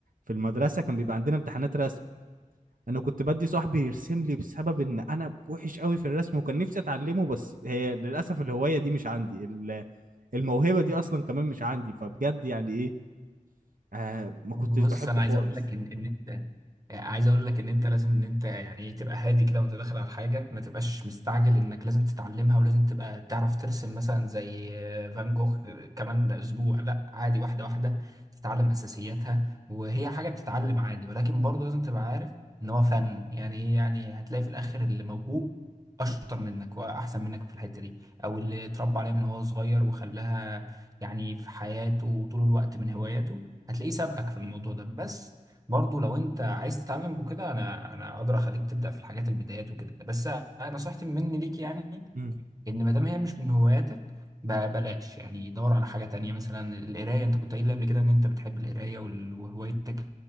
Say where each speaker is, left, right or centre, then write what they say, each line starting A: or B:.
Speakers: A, on the right; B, on the right.
A: في المدرسه كان بيبقى عندنا امتحانات رسم انا كنت بدي صاحبي يرسم لي بسبب ان انا وحش قوي في الرسم وكان نفسي اتعلمه بس هي للاسف الهوايه دي مش عندي ال- الموهبه دي اصلا كمان مش عندي فبجد يعني ايه آه ما
B: بص
A: كنتش بحبه
B: انا عايز
A: خالص
B: اقول لك ان ان انت عايز اقول لك ان انت لازم ان انت يعني ايه تبقى هادي كده وانت داخل على الحاجه ما تبقاش مستعجل انك لازم تتعلمها ولازم تبقى تعرف ترسم مثلا زي فان جوخ كمان اسبوع لا عادي واحده واحده تتعلم اساسياتها وهي حاجه بتتعلم عادي ولكن برضه لازم تبقى عارف ان هو فن يعني ايه يعني هتلاقي في الاخر اللي موهوب اشطر منك واحسن منك في الحته دي او اللي اتربى عليها من وهو صغير وخلاها يعني في حياته طول الوقت من هواياته هتلاقيه سابقك في الموضوع ده بس برضو لو انت عايز تتعلم وكده انا انا اقدر اخليك تبدا في الحاجات البدايات وكده بس انا نصيحتي مني ليك يعني
A: امم
B: ان ما دام هي مش من هواياتك ب- بلاش يعني دور على حاجه تانية مثلا القرايه انت كنت قايل لي قبل كده ان انت بتحب القرايه وال- وهوايتك